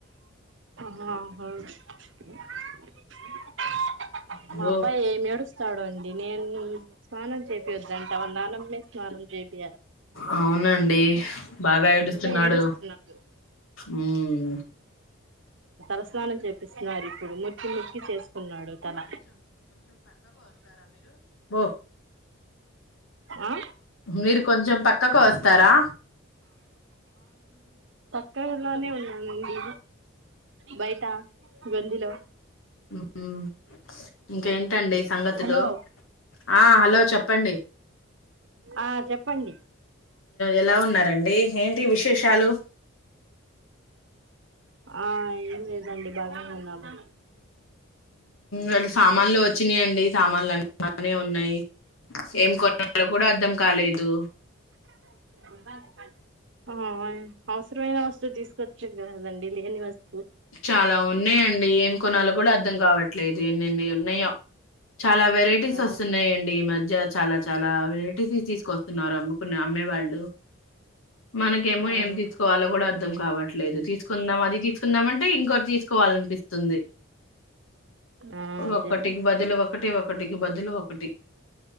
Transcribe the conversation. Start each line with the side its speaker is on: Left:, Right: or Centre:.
Right: మ <unintelligible> మా
Left: బో
Right: అబ్బాయి ఏం ఏడుస్తాడొ నేను స్నానం చేపియొద్దంట వాల్ ననమ్మె స్నానం చేయ <inaudible>
Left: అవునండి బాగా ఏడుస్తున్నాడు
Right: ఏడుస్తున్నాడు
Left: ఉమ్
Right: <inaudible> స్నానం చేపిస్తున్నారు ఇప్పుడు ముక్కి ముక్కి చేసుకున్నాడు తల
Left: ఉ ఓ
Right: ఆ
Left: మీరు కొంచెం పక్కకు వస్తారా
Right: ఇక్కలోనే ఉన్నానండి బయట గందిలో
Left: ఉమ్ ఇంకేంటండి సంగతులు
Right: హలో
Left: ఆ హలో చెప్పండి
Right: ఆ చెప్పండి
Left: ఎలా ఉన్నారండి ఏంటి విశేషాలు
Right: ఆ ఏం లేదండి బాగా ఉన్నాము
Left: వాళ సామాన్లు వచ్చినాయండి సామాన్లు అన్న బానే ఉన్నాయి ఏం కొన్నాలో కూడా అర్థం కాలేదు
Right: <unintelligible> ఆ అవసరమైన వస్తువు తీసుకొచ్చ కదండి లేని వస్తువు
Left: చాలా ఉన్నాయండి ఏం కొనాలో కూడా అర్ధం కావట్లేదు ఎన్ని ఎన్ని ఉన్నాయో చాలా వెరైటీస్
Right: ఆహా
Left: వస్తున్నాయండి ఈ మధ్య చాలా చాలా వెరైటీస్ తీసుకొస్తున్నారు అమ్ముకున్న అమ్మే వాళ్ళు మనకేమో
Right: ఆ
Left: ఏం తీసుకోవాలో కూడా అర్థం కావట్లేదు తీసుకుందాం అది తీసుకు కుందామంటే ఇంకోటి తీసుకోవాలనిపిస్తుంది
Right: ఆ అదేనండి
Left: ఒకటికి బదులు ఒక టి ఒకటికి బదులు ఒకటి